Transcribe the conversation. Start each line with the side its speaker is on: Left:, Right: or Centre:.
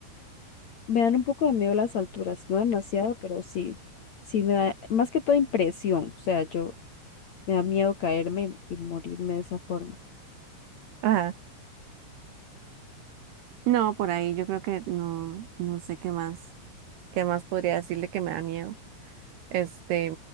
Left: Me dan un poco de miedo las alturas, no demasiado, pero sí, sí me da más que todo impresión, o sea, yo me da miedo caerme y morirme de esa forma.
Right: Ajá. No, por ahí yo creo que no, no sé qué más, qué más podría decirle que me da miedo. Este,